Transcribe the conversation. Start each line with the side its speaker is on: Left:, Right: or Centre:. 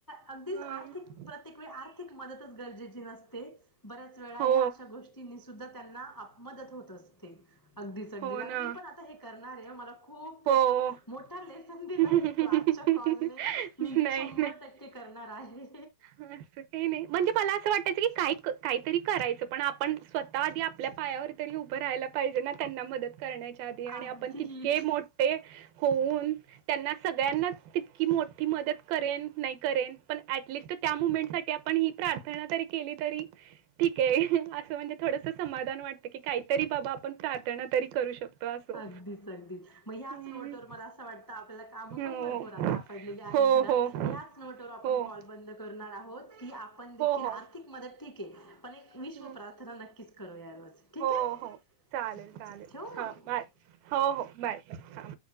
Left: अगदीच
Right: हम्म
Left: आर्थिक प्रत्येक वेळी आर्थिक मदतच गरजेची नसते बऱ्याच वेळा
Right: हो
Left: ह्या अशा गोष्टी सुद्धा त्यांना मदत होत असते अगदीच अगदीच
Right: हो
Left: आणि
Right: ना
Left: मी पण आता हे करणार आहे मला खूप
Right: हो
Left: एक मोठा लेसन दिलाय
Right: नाही,
Left: आजच्या कॉलने मी शंभर टक्के करणार आहे
Right: हा अस हे नाही म्हणजे मला असं वाटायचं की काही काहीतरी करायचं पण आपण स्वतः आधी आपल्या पायावर तरी उभं राहायला पाहिजे ना त्यांना मदत करण्याच्या आधी आणि
Left: अगदीच
Right: आपण तितके मोठे होऊन त्यांना सगळ्यांनाच तितकी मोठी मदत करेन नाही करेन पण टलिस्ट त्या मुमेंट साठी आपण ही प्रार्थना जरी केली तरी ठीक आहे असं म्हणजे थोडस समाधान वाटतं की काहीतरी बाबा आपण प्रार्थना तरी करू शकतो असं.
Left: अगदीच अगदीच मग ह्याच
Right: हम्म
Left: नोटवर मला असं वाटतं आपल्याला काम
Right: हो.
Left: पण भरपूर आ ड आहेत
Right: हो,
Left: घरात
Right: हो,
Left: याच नवटवर आपण
Right: हो.
Left: कॉल बंद आहोत की आपण देखील
Right: हो हो
Left: आर्थिक मदत ठीक आहे पण एक विश्व
Right: हम्म.
Left: प्रार्थना नक्कीच करू या रोज ठीक
Right: हो
Left: आहे
Right: हो चालेल
Left: च
Right: चालेल
Left: चल ठेव
Right: हां
Left: मग
Right: बाय हो हो बाय हां